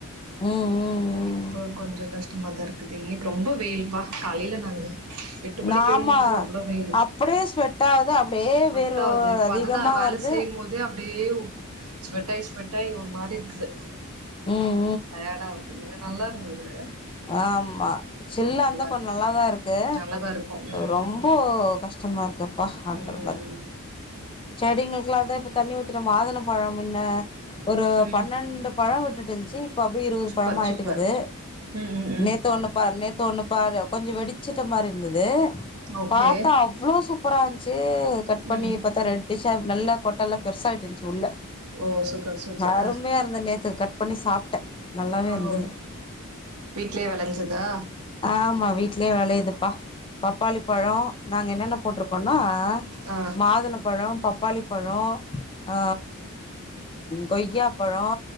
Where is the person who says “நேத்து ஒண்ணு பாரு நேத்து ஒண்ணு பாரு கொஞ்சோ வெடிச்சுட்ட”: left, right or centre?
Left